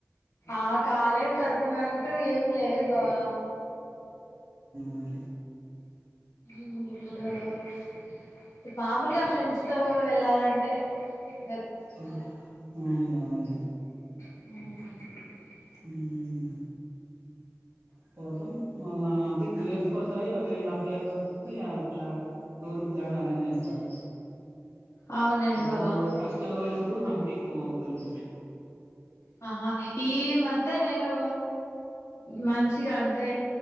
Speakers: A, on the left; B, on the right.
A: ఆ కాలేజ్ తరుపున అంటూ ఏం లేదు బాబ
B: ఉమ్
A: ఇంగ్ ఎప్పుడో కస్ ఇ మామూల్గా ఫ్రెండ్స్ తో వెళ్ళాలంటే టె
B: హ అవునవున్లే
A: హుమ్
B: హుమ్ పోదం ఆ ఫ్యు ఇయర్స్ కోసారి one and half years tour plan arrange చేస్తారు
A: అవునండి
B: అప్పుడు
A: బావ
B: ఫస్ట్ పోయిన పుడు ఇప్పుడు హంపి కోపోయింటది
A: ఆహా ఈ మధ్య నేను మంచిగా అంటే